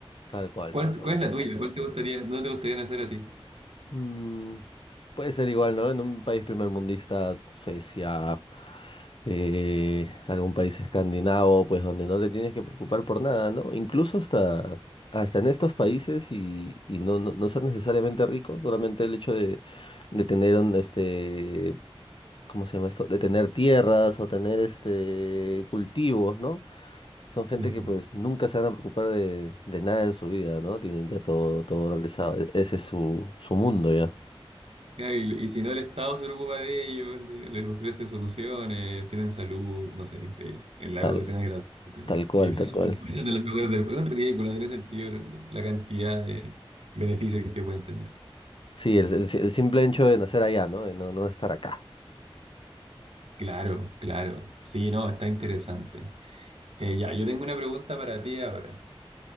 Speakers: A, on the left (about 60°); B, on the right (about 80°).
A: Tal cual,
B: ¿Cuál
A: tal
B: es,
A: cual.
B: cuál es la tuya? ¿Cuál te gustaría, no te gustaría hacer a ti?
A: Mm, puede ser igual, ¿no? En un país primermundista, Suecia, eh, algún país escandinavo, pues donde no te tienes que preocupar por nada, ¿no? Incluso hasta, hasta en estos países y, y no, no, no ser necesariamente rico, solamente el hecho de, de tener un, este, ¿cómo se llama esto? De tener tierras o tener este cultivos, ¿no? Son gente
B: Claro.
A: que pues nunca se van a preocupar de, de nada en su vida, ¿no? Tienen ya todo, todo realizado. E- Ese es su, su mundo ya.
B: Ya, Y, y si no, el Estado se preocupa de ellos, le- les ofrece soluciones, tienen salud, no sé, increíble. En la
A: Tal,
B: educación es gratuita.
A: tal cual,
B: Y es
A: tal
B: súper
A: cual.
B: buena la mejor del mundo. Es un ridículo, no tiene sentido la la cantidad de beneficios que pueden tener.
A: Sí, el, el- el simple hecho de nacer allá, ¿no? De no, no estar acá.
B: Claro, claro. Sí, no, está interesante. Eh, ya, yo tengo una pregunta para ti ahora.